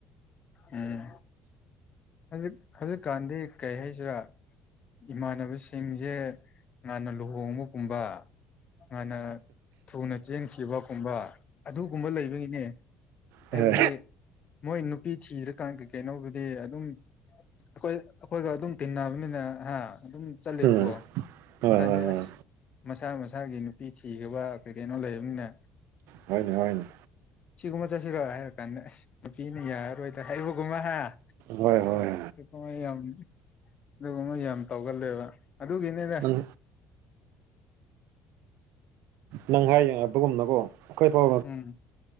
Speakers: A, on the left; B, on the right.
A: ꯎꯝ ꯍꯧꯖꯤꯛ ꯍꯧꯖꯤꯛꯀꯥꯟꯗꯤ ꯀꯔꯤ ꯍꯥꯏꯁꯤꯔꯥ ꯏꯃꯥꯟꯅꯕꯁꯤꯡꯁꯦ ꯉꯥꯟꯅ ꯂꯨꯍꯣꯡꯕꯒꯨꯝꯕ ꯍꯥꯟꯅ ꯊꯨꯅ ꯆꯦꯟꯈꯤꯕꯒꯨꯝꯕ ꯑꯗꯨꯒꯨꯝꯕ ꯂꯩꯕꯒꯤꯅꯦ ꯍꯥꯏꯕꯗꯤ
B: ꯍ
A: ꯃꯣꯏ ꯅꯨꯄꯤ ꯊꯤꯔꯀꯥꯟ ꯀꯩ ꯀꯩꯅꯣꯕꯨꯗꯤ ꯑꯗꯨꯝ ꯑꯩꯈꯣꯏ ꯑꯩꯈꯣꯏꯒ ꯑꯗꯨꯝ ꯇꯤꯟꯅꯕꯅꯤꯅ ꯍꯥ ꯑꯗꯨꯝ ꯆꯠꯂꯦꯕꯀꯣꯀꯥꯟꯗ
B: ꯎꯝ ꯍꯣꯏ ꯍꯣꯏ ꯍꯣꯏ
A: ꯑꯁ ꯃꯁꯥ ꯃꯁ ꯏꯁꯥꯒꯤ ꯅꯨꯄꯤ ꯊꯤꯈ꯭ꯔꯕ ꯀꯩ ꯀꯩꯅꯣ ꯂꯩꯕꯅꯤꯅ
B: ꯍꯅꯦ ꯍꯅꯦ
A: ꯁꯤꯒꯨꯝꯕ ꯆꯠꯁꯤꯔꯣ ꯍꯥꯏꯔ ꯀꯥꯟꯗ ꯑꯁ ꯅꯨꯄꯤꯅ ꯌꯥꯔꯔꯣꯏꯗ ꯍꯥꯏꯔ ꯀꯃ ꯍꯥꯏ
B: ꯍꯣꯏ ꯍꯣꯏ
A: ꯀꯃꯥꯏ ꯌꯥꯅꯤ ꯑꯗꯨꯒꯨꯝꯕ ꯌꯥꯝ ꯇꯧꯒꯜꯂꯦꯕ ꯑꯗꯨꯒꯤꯅꯤꯅꯦ
B: ꯅꯪ ꯅꯪ ꯍꯥꯏꯌꯦꯡ ꯑꯗꯨꯒꯨꯝꯅꯕꯣ ꯑꯩꯈꯣꯏ ꯐꯥꯎ
A: ꯎꯝ